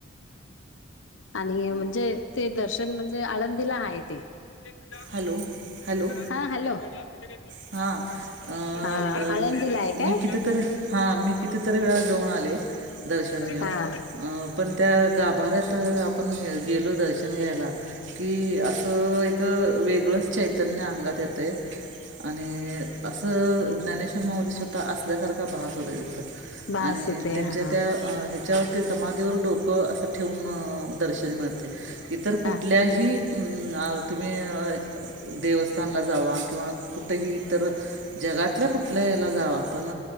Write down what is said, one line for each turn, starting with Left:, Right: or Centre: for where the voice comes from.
Left: आणि म्हणजे ते दर्शन म्हणजे आळंदीला आहे ते हज
Right: हॅलो
Left: भज
Right: हॅलो
Left: ह हॅलो हजार जग
Right: हां अं,
Left: ह
Right: ब-
Left: ह
Right: मी
Left: लायक ह.
Right: मी कितीतरी हा मी कितीतरी वेळा जाऊन आले. दर्शन घेऊन
Left: हा
Right: अ पण त्या गाभाऱ्यात आपण गेलो दर्शन घ्यायला. कि असं एक वेगळंच चैतन्य अंगात येतय. आणि असं ज्ञानेश्वर माऊली स्वतः असल्यासारखा भास होत तथं.
Left: बास
Right: आणि
Left: होते
Right: त्यांच्या
Left: हा
Right: त्या अ ह्याच्यावरती समाधीवर डोकं असं ठेवून दर्शन मिळते. इतर कुठल्याही
Left: हा
Right: तुम्ही? देवस्थानला जावा किंवा कुठेही इतर जगातल्या कुठल्या याला जाव पण